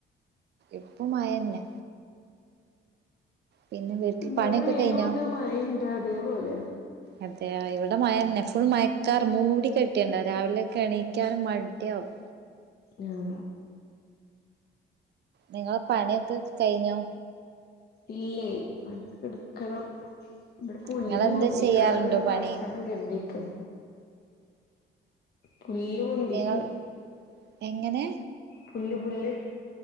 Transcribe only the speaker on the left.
ഇന്ന്
വെയിലുംണ്ട്
മഴേണ്ട് അതേപോലെ
ആഹ്
ഇല്ലേ പണിക്കെടുക്കണം ഇവിടെ പുല്ല്
പൊന്തിക്ക്ണ്
അങ്ങനെ
പറിച്ചാണ് എന്തീക്ക പുല്ല് പൊന്തീക്ക്ണ്
പുല്ല് പുല്ല്